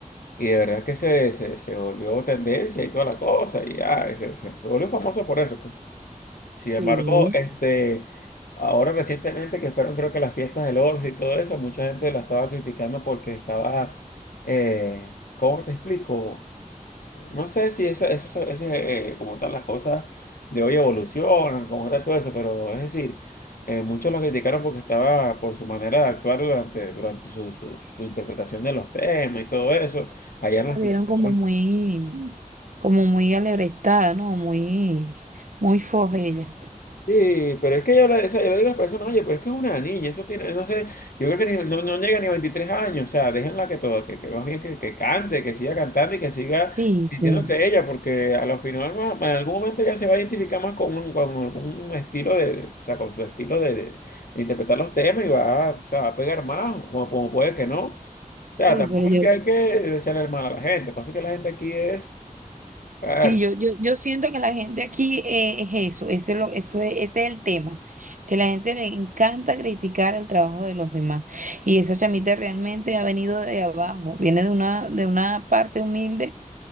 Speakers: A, on the left; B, on the right.
A: y de verdad que se, se, se volvió tendencia y toda la cosa, y ya, y se, se volvió famoso por eso. pues. Sin embargo,
B: Sí,
A: este, ahora recientemente que fueron creo que las fiestas del Oro y todo eso, mucha gente la estaba criticando porque estaba, eh, ¿cómo te explico? No sé si eso, eso, eso es, eh, como tal las cosas de hoy evolucionan, como tal todo eso, pero es decir, eh, muchos la criticaron porque estaba por su manera de actuar durante, durante su, su, su interpretación de los temas y todo eso, allá en
B: me
A: las fiestas.
B: vieron como muy, como muy alebrestada, ¿no? Muy, muy foja ella.
A: Sí, pero es que yo le, o sea, yo le digo a las personas, oye, pero es que es una niña, eso tiene, no sé, yo creo que ni- no, no llega ni a 23 años, o sea, déjenla que todo, que, que más bien que, que cante, que siga cantando y que siga
B: Sí, sí.
A: sintiéndose ella, porque a lo final más- en algún momento ya se va a identificar más con un, con algún estilo de, o sea, con su estilo de, de- de interpretar los temas y va, a- o sea, va a pegar más, o como, como puede que no. O sea,
B: Sí,
A: tampoco
B: pero yo
A: es que hay que desearle el mal a la gente, pasa que la gente aquí es... a ver,
B: Sí, yo, yo, yo siento que la gente aquí eh, es eso, ese es, lo, eso es, ese es el tema, que la gente le encanta criticar el trabajo de los demás. Y esa chamita realmente ha venido de abajo, viene de una, de una parte humilde,